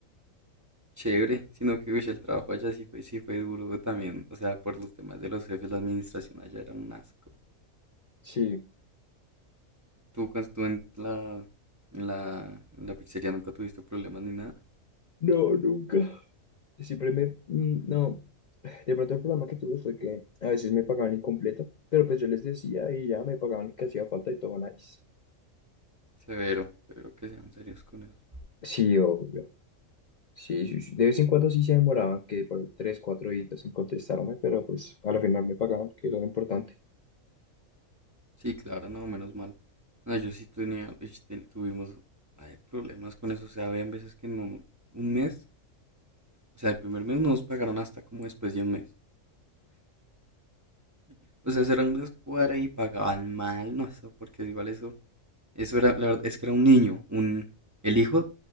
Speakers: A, on the right; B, on the left.
A: Chévere, sino que uy, el trabajo allá sí fue, sí fue duro también. O sea, por los temas de los jefes, la administración allá era un asco.
B: Sí.
A: ¿Tú cuando estuvo en la, en la, en la pizzería nunca tuviste problemas ni nada?
B: No, nunca. Siempre me, mm, no, de pronto el problema que tuve fue que a veces me pagaban incompleto, pero pues yo les decía y ya me pagaban lo que hacía falta y todo nice.
A: Severo, severo que sean serios con eso.
B: Sí, obvio. Sí, sí, sí. De vez en cuando sí se demoraban, que por ahí tres, cuatro días en contestarme, pero pues al final me pagaban, que era lo importante.
A: Sí, claro, no, menos mal. No, yo sí tenía, ish, ten- tuvimos ay, problemas con eso. O sea, habían veces que no, no- un mes, o sea, el primer mes no nos pagaron hasta como después de un mes. O sea, eso era una escuadra y pagaban mal, no sé, porque igual eso, eso era, la verdad, es que era un niño, un, el hijo,